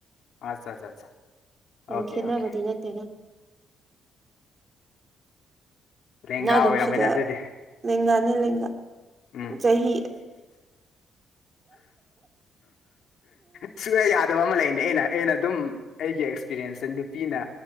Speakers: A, on the left; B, on the right.
A: ꯑꯠꯆꯥ ꯑꯠꯆꯥ ꯑꯠꯆꯥ
B: ꯌꯥꯝ
A: ꯑꯣꯀꯦ
B: ꯈꯦꯠꯅꯕꯗꯤ
A: ꯑꯣꯀꯦ
B: ꯅꯠꯇꯦꯅ
A: ꯂꯦꯡꯒꯥ
B: ꯅ ꯑꯗꯨꯝ
A: ꯑꯣꯏꯔꯝꯃꯦꯅꯦ
B: ꯁꯤꯗ
A: ꯑꯗꯨꯗꯤ
B: ꯂꯦꯡꯒꯥꯅꯦ ꯂꯦꯡꯒꯥ
A: ꯎꯝ
B: ꯆꯍꯤ
A: ꯁꯋꯦ ꯌꯥ ꯐꯕ ꯑꯃ ꯂꯩꯅꯦ ꯑꯩꯅ ꯑꯩꯅ ꯑꯗꯨꯝ ꯑꯩꯒꯤ ꯑꯦꯛꯁꯄꯤꯔꯤꯌꯦꯟꯁꯁꯦ ꯅꯨꯄꯤꯅ